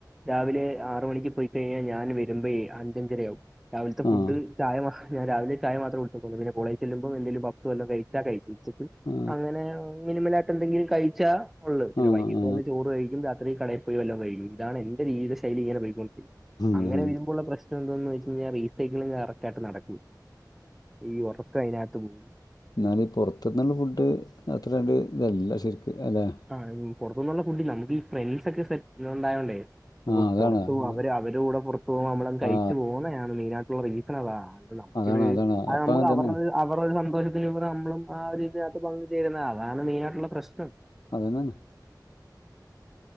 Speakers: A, in the centre; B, on the left.
A: രാവിലെ ആറ് മണിക്ക് പോയിക്കഴിഞ്ഞാൽ ഞാൻ വരുമ്പഴേ അഞ്ചഞ്ചരയാവും രാവിലത്തെ ഫുഡ്
B: ആഹ്
A: ചായമ ഞാൻ രാവിലെ ചായ മാത്രം കുടിക്കാത്തൊള്ളൂ പിന്നെ കോളേജ് ചെല്ലുമ്ബം എന്തങ്കിലും പപ്സും വല്ല കഴിച്ചാ കഴിച്ച് ഉച്ചക്ക്
B: ആ
A: അങ്ങനെ മിനിമലാട്ടെ ന്തെങ്കിലും കഴിച്ചാ ഉള്ളത് പിന്നെ
B: ആ ആ
A: വൈകിട്ട് വന്ന് ചോറ് കഴിക്കും രാ അത് കടേ പോയിവല്ലോംകഴിക്കും ഇതാണ് എന്റെ ജീവിത ശൈലിങ്ങനെ പൈക്കൊണ്ടിരിക്യും
B: ആ
A: അങ്ങനെ വരുമ്പോള്ള പ്രശ് എന്തന്ന് വെചിഞ്ഞാൽ റീസൈക്ളിങ്‌ കറക്റ്റായിട്ട് നടക്കൂ ഈ ഉറക്ക അയ്നകത്ത് പോകും
B: ന്നാല് പൊറത്ത്ന്നുള്ള ഫുഡ് അത്ര കണ്ട്തല്ല ശരിക്ക് അല്ലേ
A: ആഹ് പൊറത്തുന്നുള്ള ഫുഡില്ല നമുക്ക് ഈ ഫ്രണ്ട്സ് ഒക്കെ സെറ്റ് ല്ണ്ടായോണ്ടേ അപ്പൊ
B: ആ അതാണ്
A: പൊറത്ത് പോക
B: അതാ-
A: അവര് അവര കൂടെ പുറത്ത് പോക്മ്പമ്മളാന്ന് കഴിച്ച്
B: ആ
A: പോകുന്ന ഞാമെയിനാറ്റിങ്ങ് റീലിസണ താ നമുക്കിത്
B: അതാണ് അതാണ്
A: അനമ്ക്ക്
B: അപ്പൊ അതന്നെ
A: അവര്ടെത് അവരെ ഒരു സന്തോഷത്തിലും ഇവ്ടെ മ്മളും ആ ഒര്ഇത് അത് കൊള് ചേരുന്നാ അതാണ് മെയിനായിട്ടുള്ള പ്രശ്നം
B: അതന്നെന്ന്